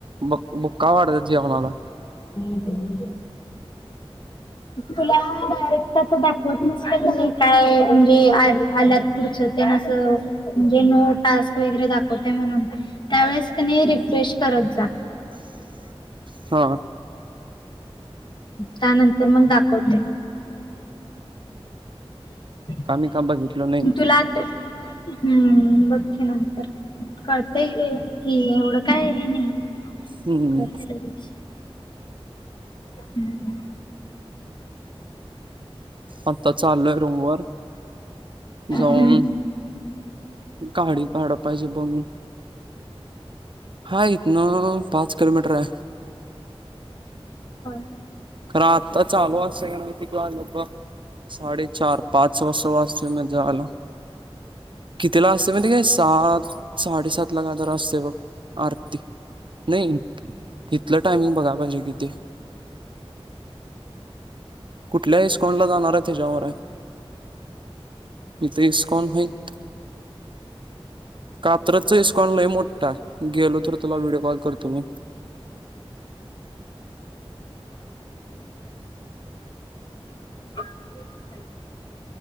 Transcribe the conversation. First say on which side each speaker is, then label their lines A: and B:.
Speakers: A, on the right; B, on the left.
A: ब बुका वाढतात जेवणाला.
B: हम्म ते येउद्या. तुला डायरेक्टच आता दाखवत नसत नाही काय म्हणजे आलात पुढचं त्याना अस म्हणजे नो टास्क वगैरे दाखवतय म्हणून त्यावेळेस क नयी रिफ्रेश करत जा.
A: <unintelligible> हा
B: त्यानंतर मग दाखवतय. <unintelligible>
A: काल मी काय बघितलं नाही
B: मी तुला आता हम्म, बघ की नंतर कळतय, एवढं काय हे नाहीये.
A: हम्म
B: कळतय लगेच. हम्म
A: आता चाललोय रूमवर जाऊन
B: हम्म
A: गाडी काडाय पाहिजे बनवून. हा इतन अ पाच किलोमीटर आहे.
B: हा
A: खर आता चालू असतय का नाय, किती वाजलेत बघ? साडेचार पाच वाजतील न जेवायला, कितीला असतय माहितीये काय? सात, साडेसात ला काय तर असतय बघ आरती, नाही इथलं टायमिंग बघाय पाहिजे किती? कुठल्या इस्कॉन ला जाणार आहे त्याच्यावर हाय. इथं इस्कॉन हाईत. कात्रजच इस्कॉन लय मोठा हाय, गेलो तर तुला व्हिडिओ कॉल करतो मी.
B: <unintelligible>